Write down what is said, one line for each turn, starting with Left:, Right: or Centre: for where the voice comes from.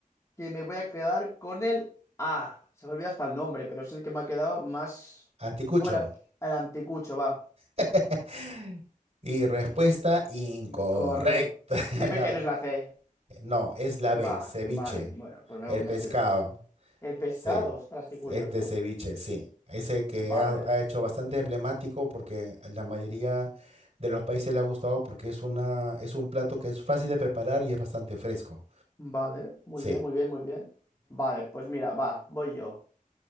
Left: que me voy a quedar con el A. Se me olvida hasta el nombre, pero es el que me ha quedado más...
Right: Anticucho.
Left: ¿Cómo era? El anticucho, va.
Right: <laughs> Y respuesta incorrecta.
Left: Incorrecto.
Right: <laughs>
Left: Dime
Right: La
Left: que
Right: re-
Left: no es la C.
Right: no, es la B,
Left: Va,
Right: ceviche.
Left: vale. Bueno, pues me,
Right: El
Left: me
Right: pescado.
Left: sirve, ¿por qué no? El pescado,
Right: Sí,
Left: ostras, qué curioso.
Right: el de ceviche, sí. Ese que
Left: Vale,
Right: ha, ha hecho bastante emblemático porque a la mayoría de los países le ha gustado porque es una, es un plato que es fácil de preparar y es bastante fresco.
Left: vale. Muy
Right: Sí.
Left: bien, muy bien, muy bien. Vale, pues mira, va, voy yo.